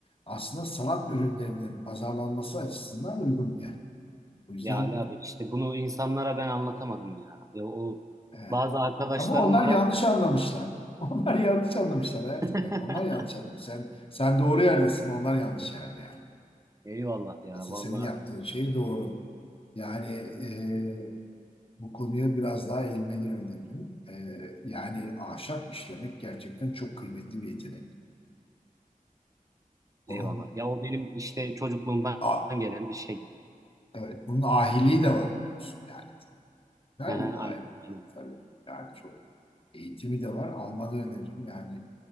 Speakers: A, on the left (about 40°); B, on the right (about 25°).
A: Aslında sanat ürünlerinin pazarlanması açısından uygun bir yer. O yüzden
B: Ya Ali abi işte bunu insanlara ben anlatamadım ya. Ya o
A: evet.
B: bazı arkadaşlarım
A: Ama onlar
B: var.
A: yanlış
B: hak-
A: anlamışlar. <laughs> Onlar yanlış anlamışlar hayatım
B: <laughs>
A: yani. Onlar yanlış anlamış. Sen, sen doğru yerdesin, onlar yanlış yerde yani.
B: Eyvallah ya
A: Aslında
B: vallahi
A: senin yaptığın şey doğru. Yani e, bu konuya biraz daha eğilmeni öneririm. E, yani ahşap işlemek gerçekten çok kıymetli bir yetenek. Bunun,
B: eyvallah. Ya o benim işte çocukluğumdan
A: ah,
B: gelen bir şey.
A: evet, bunun ahiliği de var. Yani güzel
B: Aha,
A: bir olay
B: aynen
A: bu
B: aynen.
A: yani. Tabii yani çok eğitimi de var. Almanı öneririm yani.